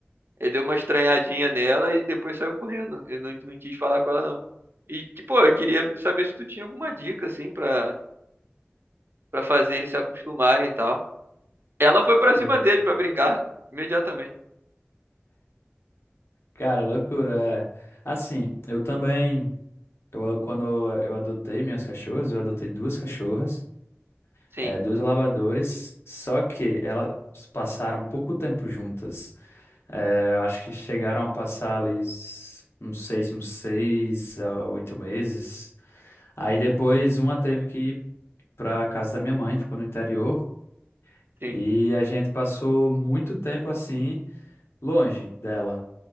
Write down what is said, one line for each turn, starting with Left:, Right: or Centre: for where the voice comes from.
Right: ele deu uma estranhadinha nela e depois saiu correndo. Ele não, não quis falar com ela não. E, tipo, eu queria saber se tu tinha alguma dica assim pra Pra fazer eles se acostumarem e tal. Ela foi pra
Left: Pô,
Right: cima dele pra brincar imediatamente.
Left: cara, loucura. é. Assim, eu também. Eu, quando eu adotei minhas cachorras, eu adotei duas cachorras.
Right: Sim,
Left: É, duas labradores, só que elas passaram pouco tempo juntas. É, eu acho que chegaram a passar ali, s- não sei se uns seis a oito meses. Aí depois uma teve que ir para casa da minha mãe, ficou no interior,
Right: sim,
Left: e a gente passou muito tempo assim, longe dela.